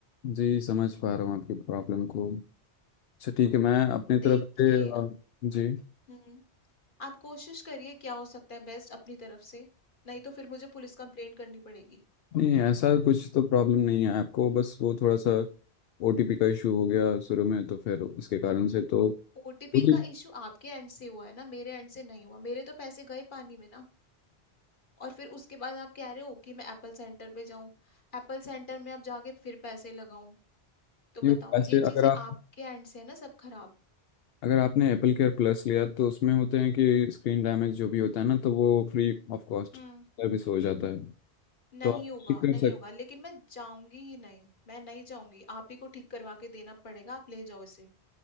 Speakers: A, on the left; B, on the left.
A: जी समझ पा रहा हूँ आपकी प्रॉब्लम को अच्छा ठीक है मैं अपनी तरफ
B: देखिए
A: से अ, जी
B: हम्म आप कोशिश करिए क्या हो सकता है बेस्ट अपनी तरफ से नहीं तो फिर मुझे पुलिस कंप्लेंट करनी पड़ेगी
A: नहीं ऐसा कुछ तो प्रॉब्लम नहीं है आपको बस वो थोड़ा सा ओटीपी का इशू हो गया शुरू में तो फिर उसके कारण से तो वो
B: ओटीपी
A: भी
B: का इशू आपके एंड से हुआ है ना मेरे एंड से नहीं हुआ मेरे तो पैसे गए पानी में ना और फिर उसके बाद आप कह रहे हो कि मैं एप्पल सेंटर पे जाऊं एप्पल सेंटर में अब जाके फिर पैसे लगाऊं तो बताओ
A: नहीं वैसे
B: ये
A: अगर
B: चीजें
A: आप
B: आपके एंड से है ना सब खराब
A: अगर आपने एप्पल केयर प्लस लिया तो उसमें होते हैं कि स्क्रीन डैमेज जो भी होता है ना तो वो फ्री ऑफ कॉस्ट
B: हम्म
A: सर्विस हो जाता है
B: नहीं
A: तो आप
B: होगा
A: ठीक कर
B: नहीं
A: सकते
B: होगा लेकिन मैं जाऊंगी ही नहीं मैं नहीं जाऊंगी आप ही को ठीक करवा के देना पड़ेगा आप ले जाओ इसे